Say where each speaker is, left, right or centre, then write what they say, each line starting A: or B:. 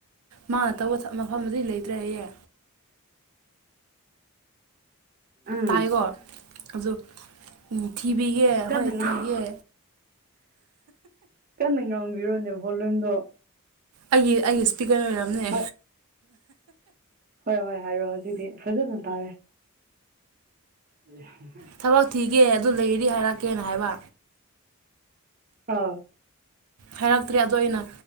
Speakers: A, on the right (about 85°); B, on the right (about 40°).
A: ꯃꯥꯅ ꯇꯧꯕ ꯃꯐꯝꯗꯤ ꯂꯩꯇ꯭ꯔꯦ ꯑꯩꯌꯦ
B: ꯎꯝ
A: ꯇꯥꯏꯀꯣ ꯑꯗꯨ ꯎ ꯊꯤꯕꯤꯒꯦ
B: ꯀꯟꯅ
A: ꯍꯣꯏ
B: ꯉꯥꯡ
A: ꯊꯤꯒꯦ
B: ꯀꯟꯅ ꯉꯥꯡꯕꯤꯔꯣꯅꯦ ꯚꯣꯂꯨꯝꯗꯣ
A: ꯑꯩꯒꯤ ꯑꯩꯒꯤ ꯏꯁꯄꯤꯀꯔ ꯑꯣꯏꯔꯝꯅꯦ
B: ꯍꯣꯏ ꯍꯣꯏ ꯍꯣꯏ ꯍꯥꯏꯔꯣꯑꯣ ꯑꯗꯨꯖꯤꯗꯤ ꯐꯖꯅ ꯇꯥꯔꯦ <unintelligible>
A: ꯊꯕꯛ ꯊꯤꯒꯦ ꯑꯗꯨ ꯂꯩꯔꯤ ꯍꯥꯏꯔꯛꯀꯦꯅ ꯍꯥꯏꯕ
B: ꯑꯥ
A: ꯍꯥꯏꯔꯛꯇ꯭ꯔꯦ ꯑꯗꯣ ꯑꯩꯅ